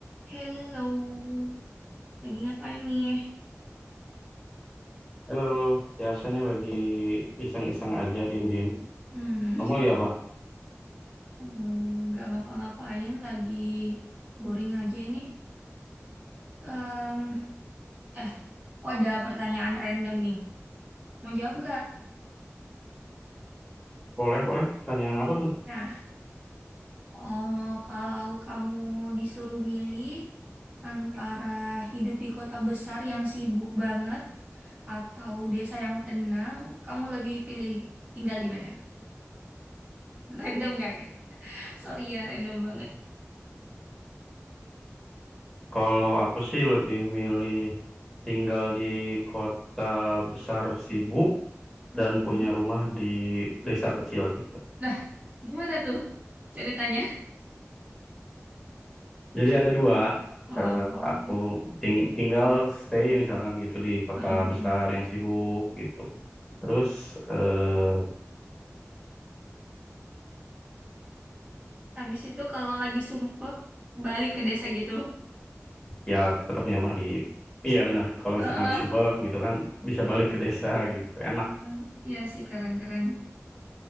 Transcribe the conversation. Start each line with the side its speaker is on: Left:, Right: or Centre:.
Right: Hello, lagi ngapain nih?
Centre: Halo, biasa nih lagi iseng-iseng aja, diem-diem.
Right: Hmm,
Centre: Kamu lagi apa?
Right: hmm, nggak ngapa-ngapain, lagi boring aja nih. Em, eh, aku ada pertanyaan random nih. Mau jawab nggak?
Centre: Boleh, boleh. Pertanyaan apa tuh?
Right: Nah, oh, kalau kamu disuruh milih antara hidup di kota besar yang sibuk banget atau desa yang tenang, kamu lebih pilih tinggal di mana? <laughs> Random gak? Sorry ya, random banget.
Centre: Kalau aku sih lebih milih tinggal di kota besar sibuk dan punya
Right: Hmm,
Centre: rumah di desa kecil gitu.
Right: Lah, gimana tuh ceritanya?
Centre: Jadi ada dua.
Right: Oh,
Centre: Eh,
Right: heeh,
Centre: aku ting- tinggal stay misalkan gitu di kota
Right: heeh.
Centre: besar yang sibuk gitu. Terus eh,
Right: Habis itu kalau lagi sumpek balik ke desa gitu.
Centre: ya tetap punya rumah di Iya benar, kalau
Right: Heeh.
Centre: misalkan lagi sumpek gitu kan bisa balik ke desa gitu. Enak
Right: Heeh. Iya sih keren-keren.